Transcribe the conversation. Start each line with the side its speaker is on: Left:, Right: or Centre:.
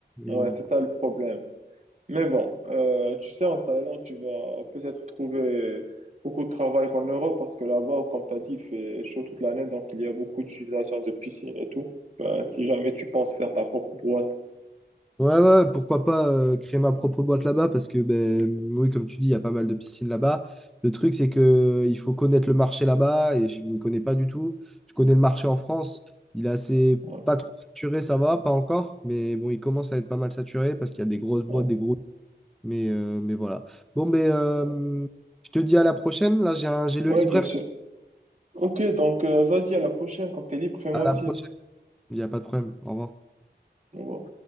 Centre: Euh,
Right: Ouais, c'est ça le problème. Mais bon, euh, tu sais, en Thaïlande, tu vas peut-être trouver beaucoup de travail qu'en Europe parce que là-bas, comme tu as dit, il fait chaud toute l'année, donc il y a beaucoup d'utilisation de piscines et tout. Ben, si jamais tu penses faire ta propre boîte.
Centre: Ouais, ouais, pourquoi pas euh, créer ma propre boîte là-bas parce que, ben, oui, comme tu dis, il y a pas mal de piscines là-bas. Le truc, c'est que euh, il faut connaître le marché là-bas et je ne m'y connais pas du tout. Je connais le marché en France. Il est assez
Right: Ouais,
Centre: pas trop saturé, ça va, pas encore, mais bon, il commence à être pas mal saturé parce qu'il y a des grosses boîtes,
Right: ouais,
Centre: des gros. Mais, euh, mais voilà. Bon, ben euh,
Right: ouais.
Centre: je te dis à la prochaine. Là, j'ai un- j'ai le
Right: Ouais,
Centre: livreur.
Right: bien sûr. Ok, donc euh, vas-y, à la prochaine, quand tu es libre, fais-moi
Centre: À la
Right: signe.
Centre: prochaine. Il n'y a pas de problème. Au revoir.
Right: Au revoir.